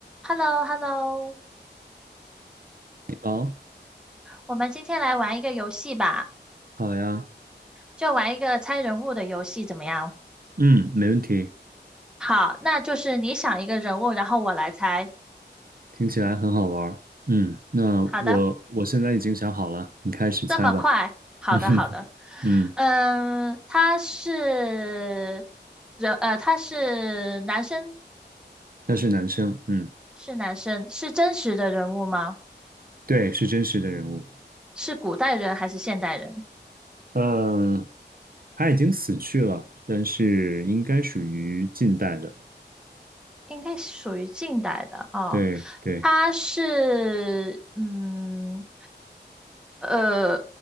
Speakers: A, in the centre; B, on the right (about 55°).
A: h e l l o h e l l o
B: 好，
A: 我们今天来玩一个游戏吧，
B: 好呀，
A: 就玩一个猜人物的游戏，怎么样？
B: 嗯，没问题，
A: 好，那就是你想一个人物，然后我来猜。
B: 听起来很好玩儿。嗯，那我我现在已经想好了，
A: 好的，
B: 你开始猜吧。
A: 这么快？好的，
B: <laughs> 嗯哼，
A: 好的。
B: 嗯，
A: 嗯，他是人，呃，他是男生，
B: 他是男生，嗯，
A: 是男生，是真实的人物吗？
B: 对，是真实的人物。
A: 是古代人还是现代人？
B: 嗯，他已经死去了，但是应该属于近代的。
A: 应该属于近代的啊哦，
B: 对对，
A: 他是嗯，呃，